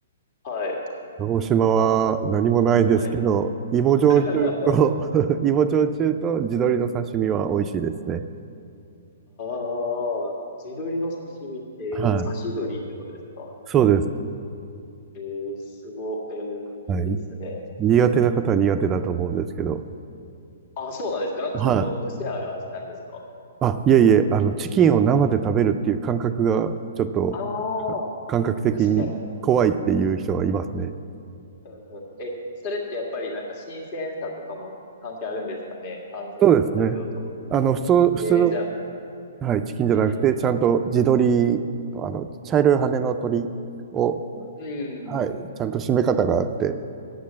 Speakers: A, on the left (about 40°); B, on the right (about 20°).
A: はい。
B: 鹿児島は何もないですけど、
A: なんか、はい。
B: 芋焼酎と
A: <laughs> あ
B: <laughs> 芋焼酎と地鶏の刺身は美味しいですね。
A: あ、地鶏の刺身って、
B: はい。
A: 刺し鶏ってことですか
B: そうです。
A: えー、すご、えー、
B: はい。
A: いいですね。
B: 苦手な方は苦手だと思うんですけど。
A: あ、そうなんですか。なんかちょっと癖ある味なんですか
B: はい。あ、いえいえ、あの、チキンを生で食べるっていう感覚が、ちょっと、
A: ああ、
B: か感覚的に怖いっていう人はいますね。
A: 確かに。うんうんうんえ、それってやっぱりなんか新鮮さとかも関係あるんですかね。安全に食べようと
B: そうですね。あの、普通、
A: ええじゃあ、
B: 普通の、はい、チキンじゃなくて、
A: うんうんうん。
B: ちゃんと地鶏と、あの、茶色い羽の鳥を、
A: うんうん
B: はい、ちゃんと締め方があって、